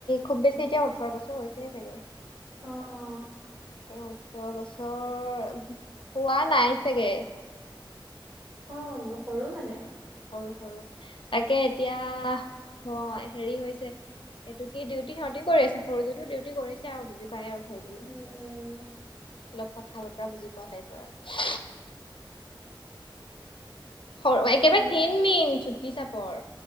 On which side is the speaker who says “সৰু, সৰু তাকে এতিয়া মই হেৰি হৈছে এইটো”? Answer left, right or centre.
Left